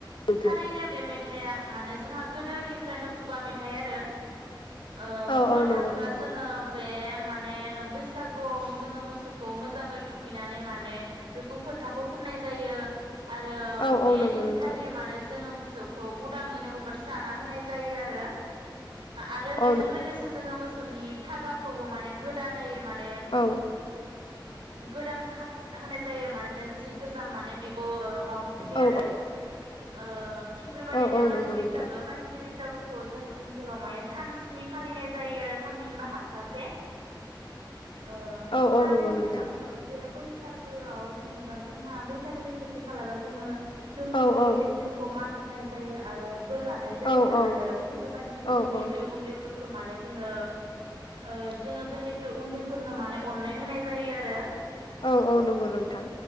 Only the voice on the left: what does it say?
नोंथां
औ
औ नंगौ
नोंथां
औ
औ नंगौ
नोंथां
औ
औ।
औ
औ औ
नंगौ
नोंथां
औ
औ नंगौ नोंथां
औ
औ
औ औ
औ
औ औ नंगौ नोंथां।